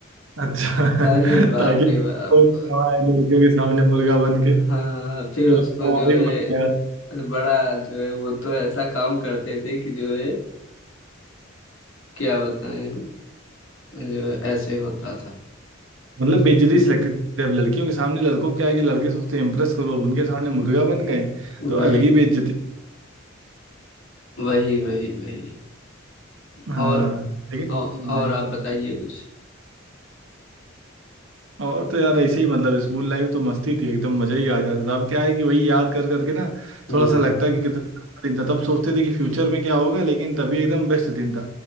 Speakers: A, on the right (about 85°); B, on the left (about 75°).
A: अच्छा <laughs>
B: अरे बाप
A: ताकि
B: रे बाप
A: वो हमारे लड़कियों के सामने मुर्गा बन के
B: हाँ
A: फिर
B: फिर उसको
A: हमारी
B: जो है
A: बात है।
B: बड़ा जो है वो तो ऐसा काम करते थे कि जो है क्या बताएं हम जो है ऐसे होता था
A: मतलब बेइज्जती से लगती थी अब लड़कियों के सामने लड़कों को क्या है कि लड़के सोचते हैं इम्प्रेस करो अब उनके सामने मुर्गा बन गए
B: वही
A: तो अलग ही बेइज्जती
B: वही वही वही
A: हाँ
B: और
A: लेकिन
B: औ- और
A: हाँ यार
B: आप बताइए कुछ
A: और तो यार ऐसे ही मतलब स्कूल लाइफ तो मस्ती थी एकदम मजा ही आ जाता था अब क्या है कि वही याद कर करके ना
B: हम्म
A: थोड़ा सा लगता है कि कितना दिन था तब सोचते थे कि फ्यूचर में क्या होगा लेकिन तभी एकदम बेस्ट दिन था